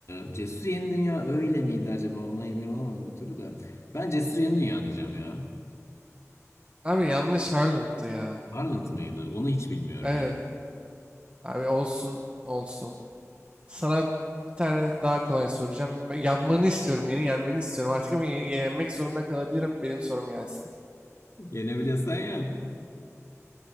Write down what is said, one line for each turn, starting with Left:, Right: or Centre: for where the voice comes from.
Left: E, Cesur Yeni Dünya öyle miydi acaba? Ona emin olamadım bir türlü de. Ben Cesur Yeni Dünya diyeceğim ya.
Right: Abi yanlış Harland'tı ya.
Left: Harland mıydı? Onu hiç bilmiyorum
Right: Evet.
Left: ben.
Right: Abi olsun olsun. Sana bir tane daha kolay soracağım. Yapmanı istiyorum. Yeni yenmeni istiyorum. Artık ama ye- yenmek zorunda kalabilirim. Benim sorum gelsin.
Left: <laughs> Yenebilesen ya.